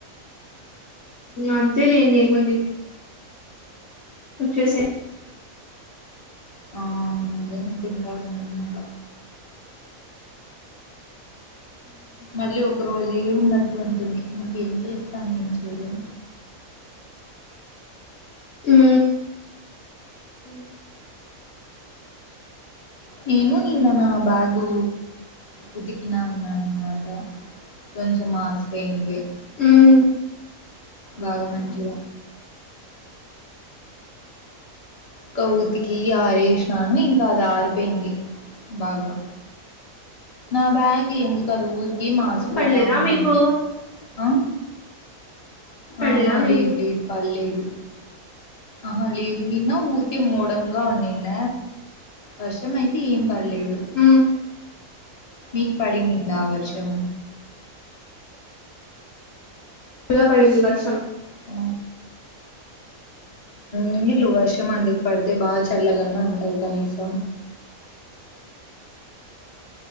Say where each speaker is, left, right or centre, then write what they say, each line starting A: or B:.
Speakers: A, on the left (about 55°); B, on the left (about 30°).
A: అంతే లేండి ఏముంది వచ్చే సే
B: ఆ అదే అనుకుంటా ఉన్నాను ఇంకా. మళ్ళీ ఒక రోజే ఉన్నట్లుంటుంది ఇంకేం చేస్తాం ఏం చేయలేం
A: హ్మ్మ్ హ్మ్మ్
B: నేను నిన్న నా బ్యాగు ఉతికినా అన్నాన్మాట కొంచం మాసిపోయింటే
A: ఉమ్
B: బాగా మంచిగ కా ఉతికి ఆరేసినాను ఇంకా అది ఆర్ పోయింది బాగా నా బ్యాగ్ ఎందుకది ఊ గి మాసిపోతా
A: పడలేదా
B: ఉంటది
A: మీకు
B: అ
A: పడలేదా
B: ఆహా
A: మీకు
B: లేదు లేదు పడ్లేదు ఆహా లేదు నిన్న ఊరికే మూడంగా వుండింద వర్షం అయితే ఏం పడ్లేదు
A: ఉమ్
B: మీకు పడింది దా వర్షం
A: గ పడింది వర్షం
B: అ నీర్లు వర్షం అందుకు పడితే బాగా చల్లగన్న ఉంటది కనీసం